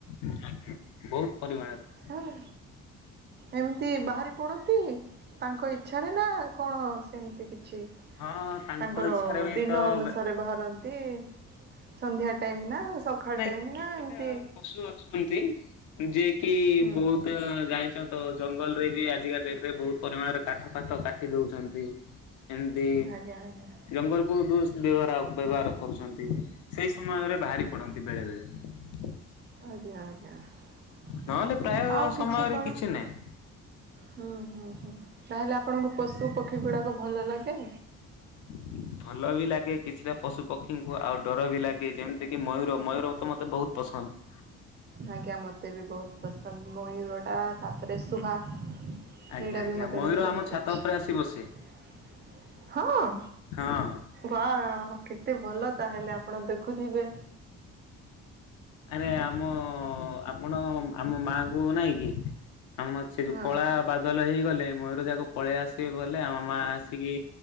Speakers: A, on the left; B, on the right.
A: ଆଜ୍ଞା ବୋହୁତ ପରିମାଣରେ।
B: ହଁ। ଏମିତି ବାହାରି ପଡନ୍ତି ତାଙ୍କ ଇଚ୍ଛାରେ ନା କଣ ସେମିତି କିଛି
A: ହଁ ତାଙ୍କ
B: ତାଙ୍କର
A: ଇଚ୍ଛାରେ ବି
B: ଦିନ
A: ତ
B: ଅନୁସାରେ ବାହାରନ୍ତି। ସନ୍ଧ୍ୟା ଟାଇମ୍ ନା ସକାଳ
A: ନାଇଁ
B: ଟାଇମ୍
A: କିଛିଟା
B: ନା ଏମିତି
A: ପଶୁ ଅଛନ୍ତି ଯିଏ କି
B: ହୁଁ
A: ବୋହୁ ତ ଜାଣିଚ ତ ଜଙ୍ଗଲରେ ବି ଆଜିକା ଡେଟରେ ବୋହୁତ ପରିମାଣରେ କାଠ ଫାଠ କାଟି ଦୋଉଚନ୍ତି। <inaudible> ଏମିତି
B: ଆଜ୍ଞା ଆଜ୍ଞା
A: ଜଙ୍ଗଲକୁ ଦୁସ୍ ବ୍ୟବହାର ଅପ ବ୍ୟବହାର କରୁଚନ୍ତି। ସେଇ ସମୟରେ ବାହାରି ପଡନ୍ତି ବେଳେ ବେଳେ।
B: ଆଜ୍ଞା ଆଜ୍ଞା
A: ନହେଲେ ପ୍ରାୟ
B: ଆଉ
A: ସମୟରେ
B: କିଛି କଣ
A: ନାହିଁ
B: ହୁଁ ହୁଁ ହୁଁ ତାହେଲେ ଆପଣଙ୍କୁ ପଶୁ ପକ୍ଷୀ ଗୁଡାକ ଭଲ ଲାଗେ।
A: <inaudible> ଭଲ ବି ଲାଗେ କିଛିଟା ପଶୁ ପକ୍ଷୀଙ୍କୁ ଆଉ ଡର ବି ଲାଗେ। ଯେମିତିକ ମୟୂର ମୟୂର ତ ମତେ ବୋହୁତ ପସନ୍ଦ।
B: ଆଜ୍ଞା ମୋତେ ବି ବୋହୁତ ପସନ୍ଦ ମୟୂରଟା ତାପରେ ସୁହା
A: ଆଜ୍ଞା
B: ସେଇଟା
A: ଆଜ୍ଞା
B: ବି ମତେ
A: ମୟୂର
B: ଟିକେ ବୋହୁତ
A: ଆମ ଛାତ
B: ଇଚ୍ଛା
A: ଉପରେ ଆସି ବସେ
B: ହଁ।
A: ହଁ
B: ବାଓ କେତେ ଭଲ ତାହେଲେ ଆପଣ ଦେଖୁଥିବେ।
A: ଆରେ ଆମ ଆପଣ ଆମ ମାଙ୍କୁ ନାଇଁ କି ଆମର ସେ ଯୋଉ
B: ହଁ
A: କଳା ବାଦଲ ହେଇଗଲେ। ମୟୂର ଯାକ ପଳେଇ ଆସିବେ ବୋଲେ ଆମ ମା ଆସିକି